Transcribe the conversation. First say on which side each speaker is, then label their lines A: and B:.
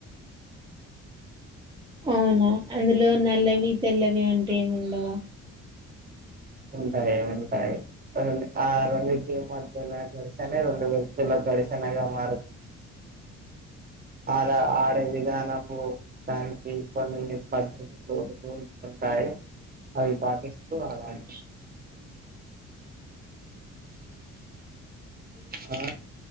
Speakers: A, on the right; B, on the right.
A: అవునా అందులో నల్లవి తెల్లవి అంటే ఏమి ఉండవా
B: ఉంటాయి ఉంటాయిం ఆ రెండుకి మధ్యన గడిసానే రెండు వేలు పిల్ల గడేశానాగా మారదు ఆడ ఆడే విధానము దానికి కొన్ని పద్దతులు రూల్స్ ఉంటాయి ఆయే అవి పాటిస్తూ ఆడాలి ఆ